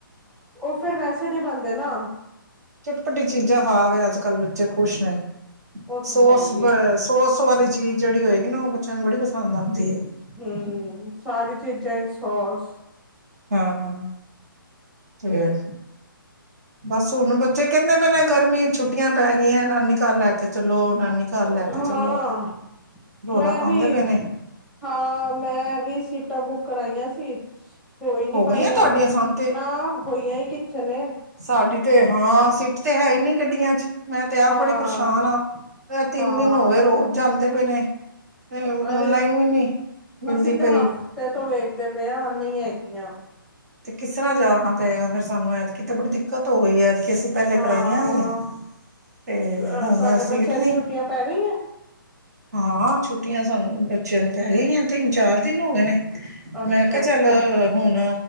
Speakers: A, in the centre; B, on the right.
A: ਉਹ ਫਿਰ ਵੈਸੇ ਨਹੀਂ ਬਣਦੇ ਨਾ,
B: ਪਟੀ ਚੀਜ਼ਾਂ ਖਾ ਕੇ ਅੱਜ ਕੱਲ੍ਹ ਬੱਚੇ ਖੁਸ਼ ਨੇ।
A: ਉਹ ਤੇ
B: ਸੋਸ
A: ਹੈ ਹੀ ਹੈ
B: ਸੋਸ ਵਾਲੀ ਚੀਜ਼ ਜਿਹੜੀ ਹੋਏਗੀ ਨਾ ਉਹ ਬੱਚਿਆਂ ਨੂੰ ਬੜੀ ਪਸੰਦ ਆਉਂਦੀ ਹੈ।
A: ਹਮ ਸਾਰੀ ਚੀਜ਼ਾਂ ਹੀ ਸੋਸ
B: ਹਾਂ ਹਾਂ ਤੇ ਬਸ ਹੁਣ ਬੱਚੇ ਕਹਿੰਦੇ ਪਏ ਨੇ ਗਰਮੀ ਛੁੱਟੀਆਂ ਪੈ ਗਈਆਂ, ਨਾਨੀ ਘਰ ਲੈ ਕੇ ਚਲੋ ਨਾਨੀ ਘਰ ਲੈ ਕੇ
A: ਹਾਂ
B: ਚਲੋ ਰੌਲਾ
A: ਮੈਂ
B: ਪਾਉਂਦੇ
A: ਵੀ
B: ਪਏ ਨੇ
A: ਹਾਂ ਮੈਂ ਵੀ ਸੀਟਾਂ ਬੁੱਕ ਕਰਾਈਆਂ ਸੀ ਹੋਈ ਨੀ
B: ਹੋ ਗਈਆਂ
A: ਪਾਈਆਂ।
B: ਤੁਹਾਡੀਆਂ ਸਨ ਤੇ
A: ਨਾ ਹੋਈਆਂ ਹੀ ਕਿੱਥੇ ਨੇ।
B: ਸਾਡੀ ਤੇ ਹਾਂ ਸੀਟ ਤੇ ਹੈ ਹੀ ਨੀ ਗੱਡੀਆਂ ਚ ਮੈਂ ਤੇ ਆਪ
A: ਹਾਂ
B: ਬੜੀ ਪਰੇਸ਼ਾਨ ਆ, ਤਿੰਨ
A: ਹਾਂ
B: ਦਿਨ ਹੋਗੇ ਨੇ, ਰੋਜ਼ ਜਾਂਦੇ ਪਏ ਨੇ। ਓਨਲਾਈਨ
A: ਅਰੇ
B: ਵੀ ਨੀ ਮਿਲਦੀ
A: ਅਸੀਂ ਤੇ
B: ਪਈ।
A: ਹਫ਼ਤੇ ਤੋਂ ਵੇਖਦੇ ਪਏ ਹਾਂ। ਨਹੀਂ ਹੈਗੀਆਂ।
B: ਤੇ ਕਿਸ ਤਰ੍ਹਾਂ ਜਾਣਾ ਪਏਗਾ ਫੇਰ ਸਾਨੂੰ ਐਤਕੀ ਬੜੀ ਦਿੱਕਤ ਹੋ ਗਈ ਹੈ, ਐਤਕੀ ਅਸੀਂ ਪਹਿਲੇ
A: ਹਾਂ
B: ਕਰਾਈਆਂ ਨੀ, ਤੇ
A: ਤੁਹਾਡੇ
B: ਹੁਣ
A: ਬੱਚਿਆਂ
B: ਸੀਟ ਨੀ
A: ਦੀ ਛੁੱਟੀਆਂ ਪੈ ਗਈਆਂ
B: ਹਾਂ ਛੁੱਟੀਆਂ ਸਾਨੂੰ ਬੱਚਿਆਂ ਨੂੰ ਪੈ ਗਈਆ ਨੇ ਤਿੰਨ ਚਾਰ ਦਿਨ ਹੋ ਗਏ ਨੇ,
A: ਅੱਛਾ
B: ਮੈਂ ਕਿਹਾ
A: ਅੱਛਾ
B: ਚੱਲ ਹੁਣ